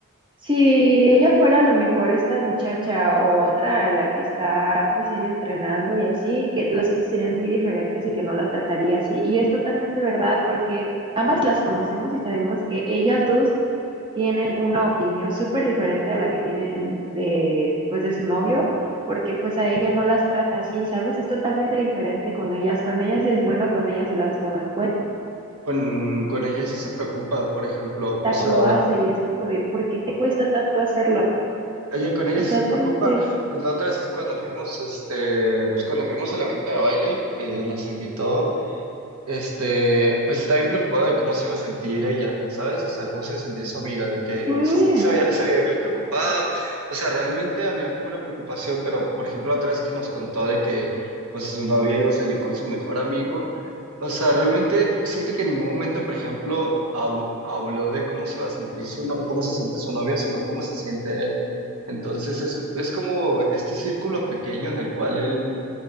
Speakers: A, on the right; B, on the right.
A: si ella fuera a lo mejor esta muchacha o otra a la que está pues él entrenando y así, que las cosas serían muy diferentes y que no las trataría así. Y es totalmente verdad porque ambas las conocemos y sabemos que ellas dos tienen una opinión súper diferente a la que tienen de pues de su novio, porque pues a ella no las trata así, ¿sabes? Es totalmente diferente con ellas. Con ellas es bueno, con ellas y las toma en cuenta,
B: Con, con ella sí se preocupa, por ejemplo, o sea,
A: lo hace y es como de, ¿por qué te cuesta tanto hacerlo?
B: ella, con ella
A: Exactamente.
B: sí se preocupa, pues la otra es cuando fuimos, este, pues cuando fuimos al evento de baile que nos invitó. este, pues estaba bien preocupada de cómo se iba a sentir ella, ¿sabes? O sea, cómo se iba a sentir su amiga, de que
A: Sí.
B: se, se había, se había bien preocupado, o sea, realmente había como una preocupación, pero por ejemplo, la otra vez que nos contó de que pues su novia iba a salir con su mejor amigo, o sea, realmente siento que en ningún momento, por ejemplo, hab- habló de cómo se iba a sentir su, no- cómo se siente su novia, sino cómo se siente él. Entonces es, es como este círculo pequeño en el cual él...